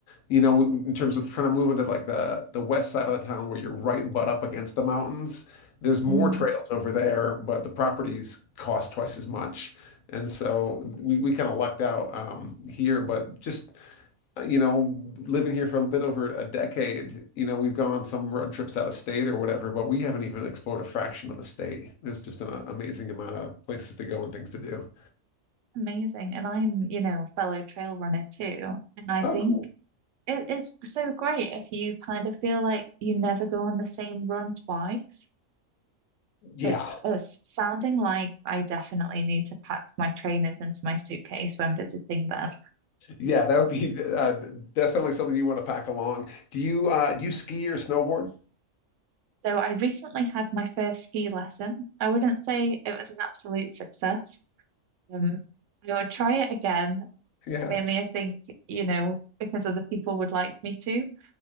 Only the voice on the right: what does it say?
Mm.
Wow.
Amazing. And I'm, you know, fellow trail runner too. And I
think
It is so great if you kind of feel like you never go on the same run twice.
It's, it's sounding like I definitely need to pack my trainers into my suitcase when visiting them.
So I recently had my first ski lesson. I wouldn't say it was an absolute success. Um, I would try it again.
Mainly, I think, you know, because other people would like me to.